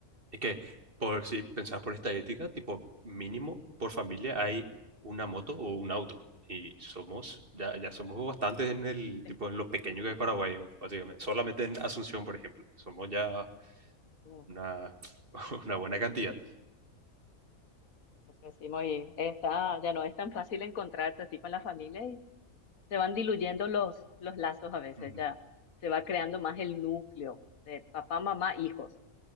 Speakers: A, on the right; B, on the left.
A: Es que, por, si pensás por estadística, tipo, mínimo por familia hay una moto o un auto. Y somos, ya, ya somos bastantes en el,
B: Sí.
A: tipo, en lo pequeño que es Paraguay, o- básicamente. Solamente en Asunción, por ejemplo. Somos ya
B: Mm,
A: una, <laughs> una buena cantidad.
B: lo que decimos, y está, ya no es tan fácil encontrarse así con la familia y se van diluyendo los, los lazos a veces,
A: Ujú.
B: ya se va creando más el núcleo de papá, mamá, hijos,